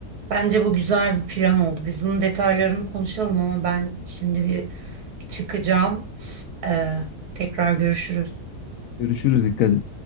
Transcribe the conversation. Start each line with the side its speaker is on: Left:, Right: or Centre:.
Right: Bence bu güzel bir plan oldu. Biz bunun detaylarını konuşalım ama ben şimdi bir çıkacağım. Ee, tekrar görüşürüz.
Left: Görüşürüz, dikkat et.